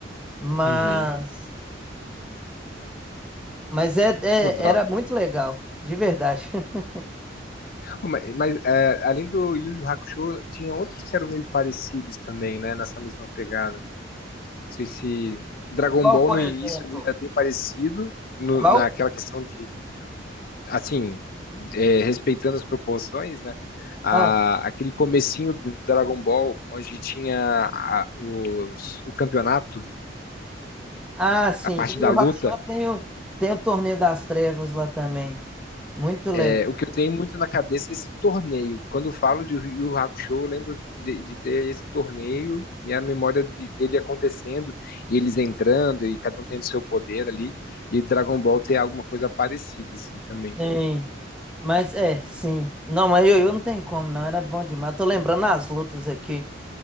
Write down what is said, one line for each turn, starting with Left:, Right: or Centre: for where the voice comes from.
Centre: Mas.
Left: uhum.
Centre: Mas é, é-
Left: Pô, dá.
Centre: era muito legal, de verdade. <laughs>
Left: Ô, Mas, mas, é, além do Yu Yu Hakusho, tinha outros que eram meio parecidos também, né? Nessa mesma pegada. sei se Dragon
Centre: Qual,
Left: Ball
Centre: por
Left: no início
Centre: exemplo?
Left: ali era bem parecido no-
Centre: Qual?
Left: naquela questão de, assim, é, respeitando as proporções, né? A-
Centre: Ah,
Left: aquele comecinho do Dragon Ball, onde tinha a- os- o campeonato,
Centre: ah, sim.
Left: a parte
Centre: O Yu
Left: da
Centre: Yu
Left: luta,
Centre: Hakusho tem o, tem o Torneio das Trevas lá também. Muito legal.
Left: é, o que eu tenho muito na cabeça é esse torneio. Quando eu falo de Yu Yu Hakusho, eu lembro de, de ter esse torneio e a memória de- dele acontecendo, e eles entrando, e cada um tendo seu poder ali, e Dragon Ball ter alguma coisa parecida, assim, também.
Centre: Sim. Mas é, sim. Não, mas Yu Yu não tem como, não. Era bom demais. Tô lembrando as lutas aqui.